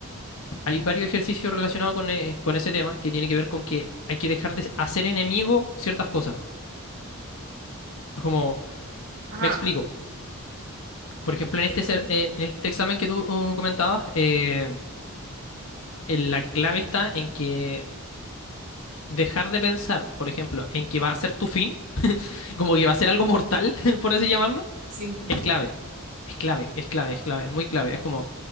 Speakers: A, on the left (about 70°); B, on the right (about 90°).
A: Hay varios ejercicios relacionados con, eh, con ese tema que tiene que ver con que hay que dejar de hacer enemigo ciertas cosas. Es como,
B: ajá.
A: me explico. Por ejemplo, en
B: Sí,
A: este, ser-
B: sí,
A: eh, en este examen que tú uh, comentabas, eh, en la clave está en que dejar de pensar, por ejemplo, en que va a ser tu fin, como que va a ser algo mortal, <laughs> por así llamarlo,
B: sí. sí.
A: Es clave, es clave, es clave, es clave, muy clave. Es como